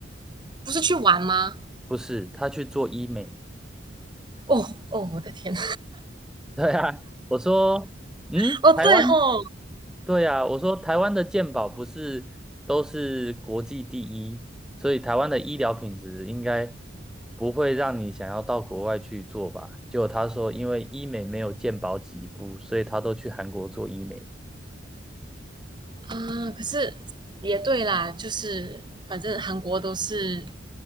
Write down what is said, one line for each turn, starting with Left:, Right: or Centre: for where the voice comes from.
Right: 不是去玩吗？
Centre: 不是，他去做医美。<laughs>
Right: 哦哦，我的天！
Centre: 对啊，我说，嗯，
Right: <laughs> 哦，
Centre: 台湾
Right: 对吼，
Centre: 对呀，我说台湾的健保不是都是国际第一，所以台湾的医疗品质应该不会让你想要到国外去做吧？结果他说，因为医美没有健保给付，所以他都去韩国做医美。
Right: 啊，可是也对啦，就是反正韩国都是